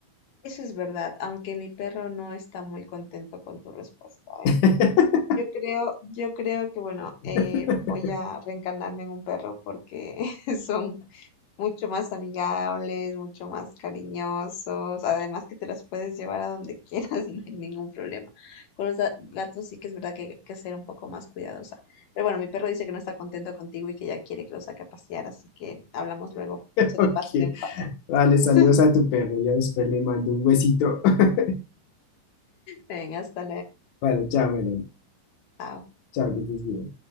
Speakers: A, on the left; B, on the left.
A: eso es verdad, aunque mi perro no está muy contento con tu respuesta,
B: <laughs>
A: ¿eh? Yo creo, yo creo que, bueno,
B: <laughs>
A: eh, voy a reencarnarme en un perro porque <laughs> son mucho más amigables, mucho más cariñosos, además que te los puedes llevar a donde quieras <laughs> y no hay ningún problema. Con los ga- gatos sí que es verdad que hay que ser un poco más cuidadosa. Pero bueno, mi perro dice que no está contento contigo y que ya quiere que lo saque a pasear, así que hablamos luego cuando se
B: Ok,
A: le pase el enfado.
B: vale, saludos
A: <laughs>
B: a tu perro. Ya después le mando un huesito. <laughs>
A: Venga, hasta luego.
B: Vale, chao, Melanie.
A: Chao.
B: Chao, que estés bien.